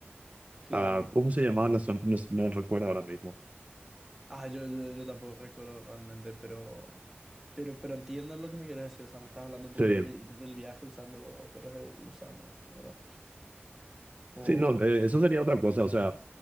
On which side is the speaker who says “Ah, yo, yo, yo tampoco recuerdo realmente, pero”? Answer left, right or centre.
Centre